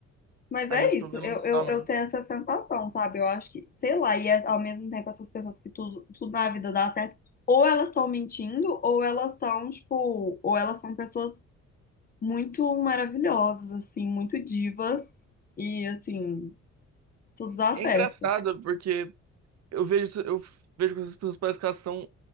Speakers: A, on the left; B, on the right.
A: Mas
B: Aí
A: é
B: os
A: isso,
B: problemas
A: eu, eu,
B: somem.
A: eu tenho essa sensação, sabe? Eu acho que, sei lá, e é, ao mesmo tempo essas pessoas que tudo, tudo na vida dá certo, ou elas estão mentindo, ou elas estão, tipo, ou elas são pessoas muito maravilhosas, assim, muito divas, e assim, tudo dá
B: É
A: certo.
B: engraçado, porque eu vejo, isso- eu vejo que essas pessoas parecem que elas são,